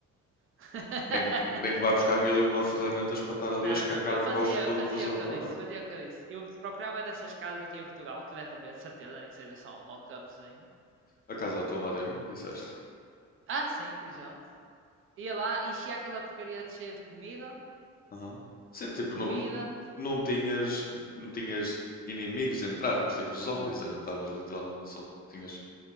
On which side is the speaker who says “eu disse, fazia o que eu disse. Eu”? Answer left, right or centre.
Right